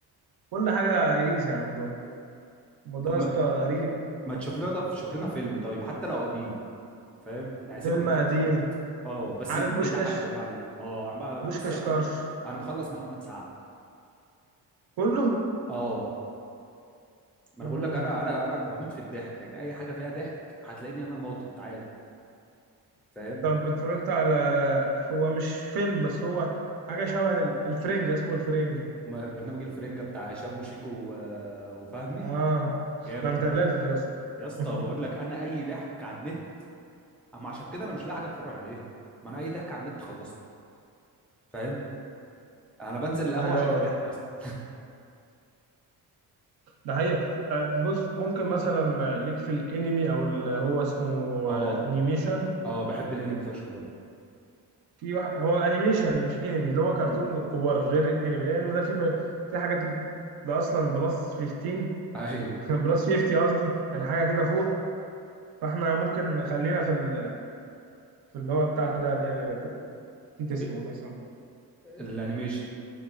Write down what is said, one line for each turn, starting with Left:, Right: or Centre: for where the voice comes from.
Right: كل حاجه ايزي عندهم الموضوع
Centre: طب
Right: يا
Centre: ما,
Right: اسطى غريب
Centre: ما تشوف لنا طب شوف لنا فيلم طيب حتى لو قديم فاهم يعني
Right: فيلم
Centre: سيبك من المسلسلات
Right: قديم
Centre: اه بس
Right: عارف
Centre: يكون
Right: بوشكاش
Centre: بيضحك بالله عليك اه عم
Right: بوشكاش
Centre: بقى- بص انا
Right: طرش
Centre: انا مخلص محمد سعد
Right: كله
Centre: اه ما انا
Right: امم
Centre: بقول لك انا انا انا بموت في الضحك يعني اي حاجه فيها ضحك هتلاقيني انا ناطط عادي فاهم
Right: طب اتفرجت على هو مش فيلم بس هو حاجه شبه ال- الفرنجة اسمه الفرنجة
Centre: ما برنامج الفرنجه بتاع هشام وشيكو و- وفهمي
Right: اه
Centre: جامد
Right: ده انت
Centre: برضه
Right: لافف يا اسطى
Centre: يا اسطى
Right: <laughs>
Centre: بقول لك انا اي ضحك على النت اما عشان كده انا مش لاقي حاجه اتفرج عليها ما انا اي ضحك على النت خلصته فاهم انا بنزل القهوه
Right: ايوه
Centre: عشان الضحك اصلا
Right: ده حقيقة آه، بص ممكن مثلا ليك في الانمي او اللي هو اسمه
Centre: اه
Right: آه، انيميشن
Centre: اه بحب الانمي فشخ برضه
Right: في واحد هو انيميشن مش انمي اللي هو كرتون
Centre: مم.
Right: للكبار غير الانمي الانمي ده في في حاجات ده اصلا بلس 15
Centre: ايوه
Right: <laughs> بلس 50 قصدي يعني حاجة كده فوق فاحنا ممكن خلينا في ال... في اللي هو بتاع ده ال- آه، كنت نسيت اسمه
Centre: إيه،
Right: الله يسامحك
Centre: الانيميشن